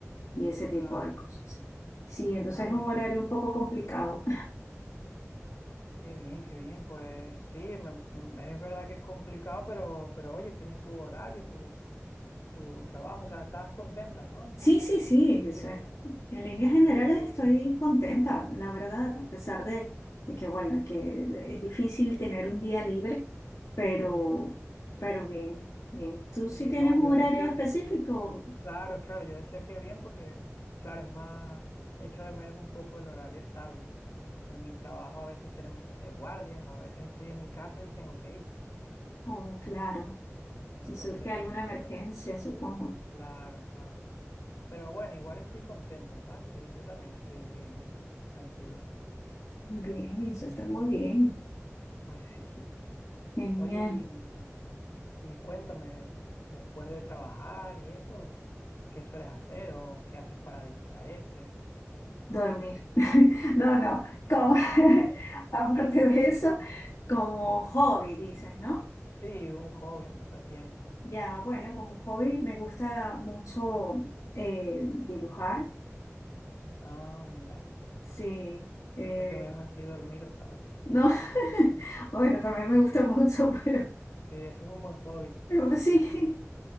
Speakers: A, on the left; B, on the left.
A: y ese tipo
B: claro,
A: de cosas. Sí, entonces
B: vaya,
A: es un horario
B: qué bien.
A: un poco complicado.
B: Qué bien, qué bien. Pues sí, me- me- es verdad que es complicado, pero, pero oye, tienes tu horario, tu, tu trabajo, o sea, estás contenta, ¿no?
A: Sí, sí, sí,
B: Pues te
A: o
B: digo,
A: sea,
B: oye,
A: en líneas generales
B: pues qué bien.
A: estoy contenta, la verdad, a pesar de, de que, bueno, que es difícil tener un día libre, pero,
B: Sí, sí, sí, sí.
A: pero bien, bien. ¿Tú
B: Sí,
A: sí tienes
B: no,
A: un
B: yo
A: horario
B: decía
A: específico?
B: que Claro, claro, yo decía que bien porque, claro, es más, echo de menos un poco el horario estable. En mi trabajo a veces tenemos que hacer guardias, o a veces estoy en mi casa y tengo que ir,
A: Oh, claro,
B: ¿sabes? Entonces,
A: si surge alguna
B: pero,
A: emergencia, supongo.
B: claro, claro. Pero bueno, igual estoy contento, ¿sabes? Estoy, yo también estoy bien, estoy tranquilo.
A: Bien, eso está
B: Ujú.
A: muy bien.
B: Pues sí.
A: Genial.
B: Oye, y, y cuéntame, después de trabajar y eso, ¿qué sueles hacer o qué haces para distraerte?
A: Dormir. <laughs> No, no,
B: <laughs>
A: como, <laughs> aparte de eso, como
B: Sí.
A: hobby, dices, ¿no?
B: Sí, un hobby, un pasatiempo.
A: Ya, bueno, como hobby me gusta mucho eh, dibujar,
B: Ah, mira.
A: sí. eh,
B: Pensé que me ibas a decir dormir otra vez.
A: no, <laughs> bueno, también
B: <laughs>
A: me gusta mucho, <laughs> pero
B: Sí, eso es un buen hobby.
A: pero sí,